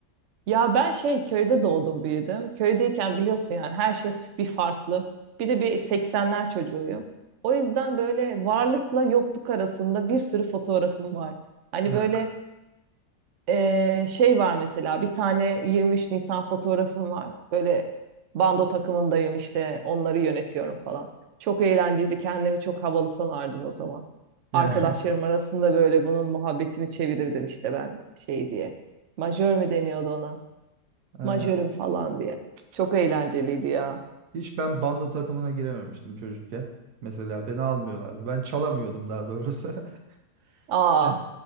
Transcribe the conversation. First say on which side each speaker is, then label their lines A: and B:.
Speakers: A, on the right; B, on the right.
A: Ya ben şey köyde doğdum büyüdüm. Köydeyken biliyorsun yani her şey bir farklı. Bir de bir 80'ler çocuğuyum. O yüzden böyle varlıkla yokluk arasında bir sürü fotoğrafım var. Hani
B: Ya,
A: böyle eee, şey var mesela bir tane 23 Nisan fotoğrafım var. Böyle bando takımındayım işte onları yönetiyorum falan. Çok eğlenceli kendimi çok havalı sanardım o zaman.
B: ya
A: Arkadaşlarım arasında böyle bunun muhabbetini çevirirdim işte ben şey diye. Majör mü deniyordu ona?
B: <laughs>
A: majörüm falan diye. Çok eğlenceliydi ya.
B: e, hiç ben bando takımına girememiştim çocukken. Mesela beni almıyorlardı. Ben çalamıyordum daha doğrusu. <laughs>
A: Aa,
B: Eh,